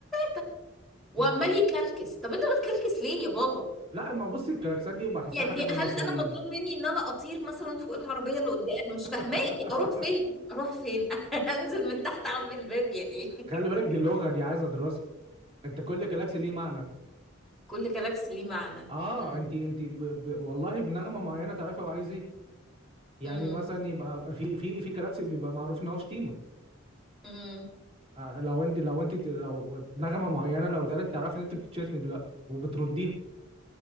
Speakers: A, in the centre; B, on the right (about 30°).
A: تلاتة وعمال
B: <laughs> مم.
A: يكلكس طب انت بتكلكس ليه يا بابا
B: لا ما بصي الكلاكسات دي بحسها
A: يعني
B: حاجة في المصريين
A: هل انا مطلوب مني ان انا اطير مثلا فوق العربيه اللي قدام انا مش
B: <laughs>
A: فاهماكي اروح فين اروح فين <laughs> انزل من تحت اعمل الباب يعني
B: خلي بالك
A: <laughs>
B: دي اللغة دي عايزة دراسة انت كل جالاكسي ليه معنى
A: كل جالاكسي ليه معنى
B: اه
A: امم
B: انت انت ب... ب... والله بنغمة معينة تعرفي هو عايز ايه يعني
A: امم
B: مثلا يبقى في في في جالاكسي بيبقى معروف ان هو شتيمة
A: امم
B: آه لو انت لو انت لو نغمة معينة لو اتقالت تعرفي ان انت بتتشتمي دلوقتي وبترديها